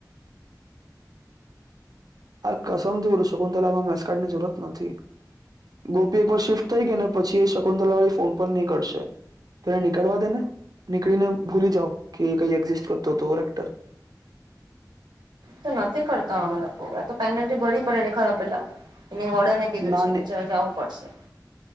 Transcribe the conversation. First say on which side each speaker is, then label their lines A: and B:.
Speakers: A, on the right; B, on the right.
A: આ કસમથી ઓરુ શકુંતલામાં મસકાટ ની જરૂરત નથી. ગોપી એક વાર શિફ્ટ થઈ ગઈ ને પછી એ શકુંંતલા વાળી ફોન પણ નીકળશે. તો એને નીકળવા દે ને નીકળીને ભૂલી જાાવ કે કઈ એક્ઝિસ્ટ કરતો હતો. ક્ટર <unintelligible> <unintelligible>
B: તો નથી કરતા અમે લોકો તો પેનલ્ટી ભરી પડે ને ખરાબ પેલા એની વડને કીધું
A: ના ને
B: છે જવું પડશે.